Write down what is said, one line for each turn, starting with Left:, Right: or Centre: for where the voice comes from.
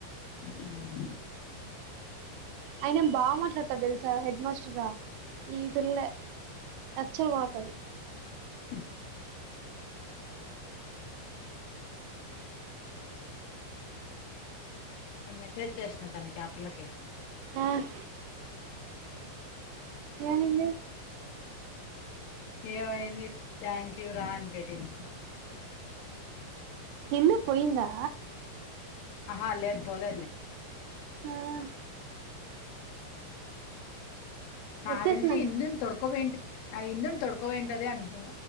Left: ఉమ్
Right: అయన బాగా మాట్లాడతాడు తెలుసా హెడ్ మాస్టర్ రా ఈ పిల్లె అచ్చ వాతారీ
Left: హ్. నేను మెసేజ్ చేసిన తనకి ఆ పిల్లకి
Right: ఆహ్. ఏమైంది.
Left: ఏమైంది థ్యాంకూ రా అని పెట్టింది.
Right: ఎందుకు పోయిందా.
Left: ఆహా లేద్ పోలేద్లే
Right: ఆహు
Left: నా
Right: వచ్చేసినాం
Left: తెలిసి ఇందు నీ తొడుకోబయింట్ ఆ ఇందు తొడుకోవేయింటదే అంత్